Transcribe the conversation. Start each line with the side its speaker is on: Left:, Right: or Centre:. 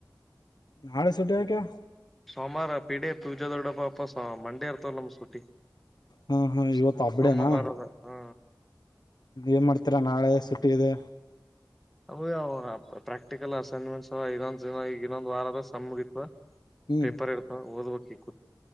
Left: ನಾಳೆ ಸುಟಿ ಯಾಕೆ
Centre: ಸೋಮಾರ ಪೀಡೆ ಪೂಜೆ ದೊಡ್ಡಪ್ಪಪ ಮಂಡೇ ಇರ್ತವ ನಮ್ಮ್ ಸೂಟ್ಟಿ
Left: ಹಾ ಹಾ
Centre: ಸ
Left: ಇವತ್ತು ಹಬ್ಡೇನಾ
Centre: ಸೋಮವಾರದ ಹಾ
Left: ಏನ್ ಮಾಡ್ತೀರ ನಾಳೆ ಸುಟಿ ಇದೆ
Centre: ಅಯ್ಯ ಪ್ರಾಕ್ಟಿಕಲ್ ಅಸೈನ್ಮೆಂಟ್ಸ್ ಇನ್ನೊಂದ ಇನ್ನೊಂದ್ ವಾರದ ಸ ಮುಗಿತ್ವ
Left: ಹ್ಮ್
Centre: ಪೇಪರ್ ಇರ್ತ ಓದ್ಬೇಕಿ